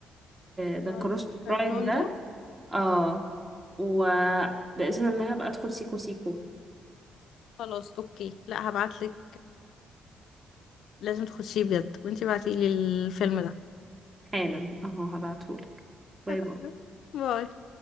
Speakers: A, on the right; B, on the left.
A: ذا
B: آه،
A: كروس
B: الكرتون
A: برايد ده
B: ده
A: اه وبإذن الله هبقى ادخل سيكو سيكو
B: خلاص اوكي لا هبعتلك لازم تخشيه بجد وانتي بعتيلي الفيلم ده
A: حالا اهو هبعتهولك باي
B: اتفقنا
A: باي
B: باي